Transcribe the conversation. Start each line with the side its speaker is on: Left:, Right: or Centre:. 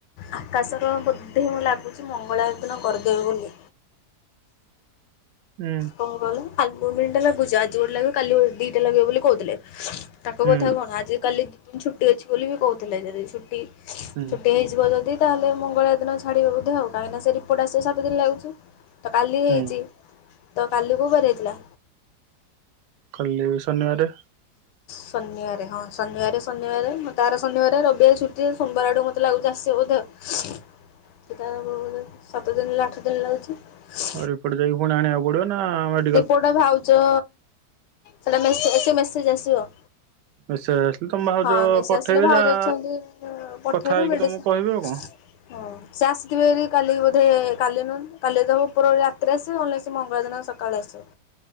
Left: ଆକାଶର ବୋଧେ ମୁଁ ଲାଗୁଛି ମଙ୍ଗଳବାର ଦିନ କରିଦେବେ ବୋଲି।
Right: ହୁଁ।
Left: କଣ କହିଲ, ଆଲଗୁମିନଟା ଲାଗୁଚି ଆଜି ଗୋଟେ ଲାଗିବ, କାଲି ଦିଟା ଲାଗିବ ବୋଲି କହୁଥିଲେ। ତାକୁବୋଧେଆଉ
Right: ହୁଁ
Left: କଣ ଆଜି କାଲି ଦି ଦିନି ଛୁଟି ଅଛି ବୋଲି ବି କହୁଥିଲେ, ଯଦି ଛୁଟି,
Right: ହୁଁ
Left: ଛୁଟି ହେଇ ଯିବ ଯଦି ତାହେଲେ ମଙ୍ଗଳ ଦିନ ଛାଡିବେ ବୋଧେ, କହିକିନା ସେ ରିପୋର୍ଟ ଆସିବ ସାତଦିନ ଲାଗୁଛି। ତ କାଲି ହେଇଛି,
Right: ହୁଁ
Left: ତ କାଲି କୋଉ ବାର‌ହୋଇଥିଲା?
Right: କାଲି ବି ଶନିବାରେ
Left: ଶନିବାରେ, ହଁ ଶନିବାରେ, ଶନିବାରେ ବୋଧେ ଶନିବାରେ ରବିବାରେ ଛୁଟି, ସୋମବାରେ ଆଡ଼କୁ ମୋତେ ଲାଗୁଚି ଆସିବେ ବୋଧେଆଉ ସେଟା ହବବୋଧେ ସାତ ଦିନି ହେ ଆଠ ଦିନି ଲାଗୁଚି।
Right: ଆଉ ରିପୋର୍ଟ ଯାଇକି ପୁଣି ଆଣିବାକୁ ପଡିବ ନା ଆମ
Left: ରିପୋର୍ଟ ଭାଉଜ ସେଟା ମେସେ ଏସ ମେସେଜ୍ ଆସିବ।
Right: ମେସେଜ ଆସିଲେ ତମ ଭାଉଜ
Left: ହଁ ମେଶେ
Right: ପଠେଇବେ
Left: ଆସିଲେ, ଭାଉଜ
Right: ଯାହା
Left: ଅଛନ୍ତି ପଠେଇବେେ,
Right: କଥା ହେଇକି
Left: ମେଡ଼ିସିନି
Right: ତମକୁ କହିବେ ଆଉ କଣ।
Left: ହଁ। ସେ ଆସକିବେ କାଲି ବୋଧେ କାଲି ନୁ କାଲି ତ ଉପରବୋଳି ରାତିରେ ଆସିବେ, ନହେଲେସେ ମଙ୍ଗଳବାର ଦିନ ସକାଳେ ଆସିବେ।